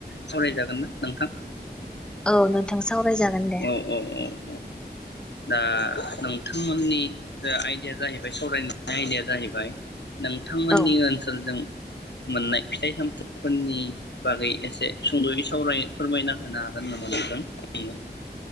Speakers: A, on the left; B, in the centre.
A: सावरायजागोन ना नोंथां
B: औ नोंथां सावरायजागोन दे
A: औ औ औ दा नोंथांमोननि जे आयदाया जाहैबाय सावरायनाय आयदाया जाहैबाय नोंथांमोननि
B: औ
A: ओनसोलजों मोननाय फिथाइ सामथाइफोरनि बागै एसे सुंद'यै सावराय फोरमायना होनो हागोन नामा नोंथां आंनो